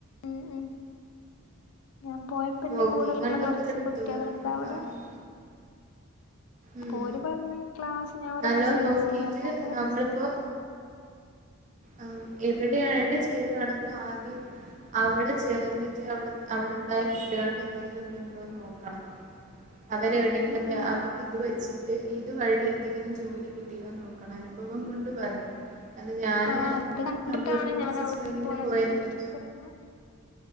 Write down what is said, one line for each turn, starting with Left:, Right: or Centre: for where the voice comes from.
Left: ഉം ഉം ഞാൻ പോയ പ്പന്റെ
Right: നോക്കി
Left: കൂടെള്ള
Right: കണ്ടൊക്കെ
Left: കൊറച്ച്
Right: എടുത്തു
Left: കുട്ടേള്ണ്ട് അവടെ
Right: ആഹ്
Left: അപ്പോല്
Right: ഉം
Left: പറഞ്ഞ് ക്ലാസ് ഞാൻ ഓലെ
Right: നല്ലോ
Left: മെസേജയച്ചീനി
Right: നോക്കിട്ട്
Left: അപ്പോല്
Right: നമ്മളിപ്പോ ആഹ എവിട്യാ എവടെ ചേരുവാണെങ്കിലും ആദ്യം അവടെ ചേർന്നിട്ട് അവടെ അവടെണ്ടായ കുട്ടേൾക്ക് എന്തെങ്കിലും ബന്ധോ നോക്കണം അവരെ എവിടെങ്കിലൊക്കെ
Left: ഉം ഉം
Right: അവര്ക്ക് ഇത് വെച്ചിട്ട് ഇതുവഴി എന്തെങ്കിലും ജോലി കിട്ടീനോ നോക്കണം അനുഭവം കൊണ്ട് പറയാ അത് ഞാന്
Left: ആഹ് അത് കണ്ടിട്ടാണ്
Right: കമ്പ്യൂട്ടർ
Left: ഞാനവിടെ
Right: ടീച്ചേഴ്സ് ട്രെയിനിങ്ങിന്
Left: പോയി അന്വേഷിച്ചതെന്നെ
Right: പോയനല്ലോ